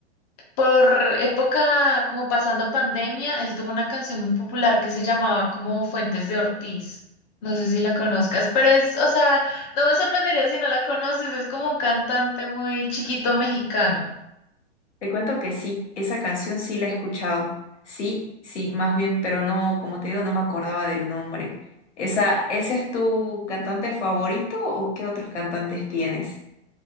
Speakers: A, on the left; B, on the left.
A: Por época, como pasando pandemia, él tuvo una canción muy popular que se llamaba como Fuentes de Ortiz. No sé si la conozcas, pero es, o sea, no me sorprendería si no la conoces, es como un cantante muy chiquito mexicano.
B: Te cuento que sí, esa canción sí la he escuchado. Sí, sí, más bien, pero no, como te digo, no me acordaba del nombre. Esa, ¿ese es tu cantante favorito o qué otros cantantes tienes?